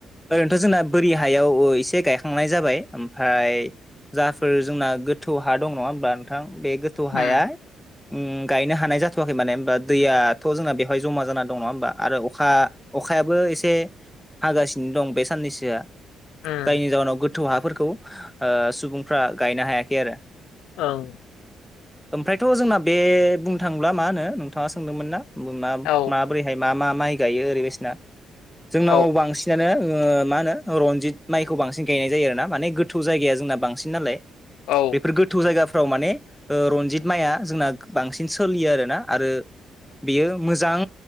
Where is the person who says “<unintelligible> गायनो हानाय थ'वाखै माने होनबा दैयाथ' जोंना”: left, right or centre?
Centre